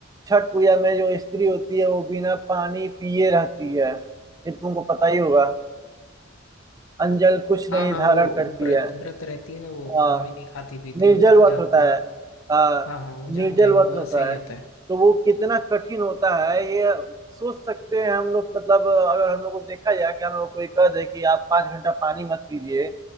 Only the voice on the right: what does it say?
छठ पूजा में जो स्त्री होती है वो बिना पानी पिए रहती है ये तुमको पता ही होगा अंजल कुछ
नहीं
धारण
करती
है
हाँ
निर्जल
व्रत
होता
है हाँ
निर्जल
व्रत होता
है
तो वो कितना कठिन होता है ये सोच सकते हैं हम लोग मतलब अगर हम लोग को देखा जाए कि हम लोग को ये कह दे कि आप पाँच घंटा पानी मत पीजिए